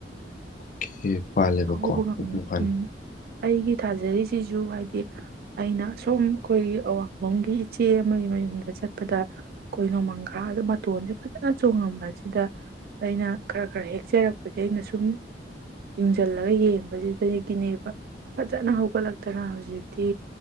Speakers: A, on the left; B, on the right.
A: ꯀꯦ ꯄꯥꯜꯂꯦꯕꯀꯣ
B: ꯍꯧꯕ
A: ꯃꯄꯨꯡ
B: ꯉꯝꯃꯦ
A: ꯐꯥꯅ꯫
B: ꯑꯩꯒꯤ ꯊꯥꯖꯔꯤꯁꯤꯖꯨ ꯍꯥꯏꯗꯤ ꯑꯩꯅ ꯑꯁꯨꯝ ꯑꯈꯣꯏꯒꯤ ꯑꯋꯥꯡꯂꯣꯝꯒꯤ ꯏꯆꯦ ꯑꯃꯒꯤ ꯃꯌꯨꯝꯗ ꯆꯠꯄꯗ ꯑꯈꯣꯏ ꯅꯣꯡꯃꯥꯡꯒ ꯈꯥꯗ ꯃꯇꯣꯟꯖꯦ ꯐꯖꯅ ꯆꯣꯡꯉꯝꯕꯖꯤꯗ ꯑꯩꯅ ꯈꯔ ꯈꯔ ꯍꯦꯛꯆꯔꯛꯄꯖꯦ ꯑꯩꯅ ꯁꯨꯝ ꯌꯦꯡꯖꯜꯂꯒ ꯌꯦꯡꯕꯖꯤꯗꯒꯤꯅꯦꯕ ꯐꯖꯅ ꯍꯧꯒꯠꯂꯛꯇꯅ ꯍꯨꯖꯤꯛꯇꯤ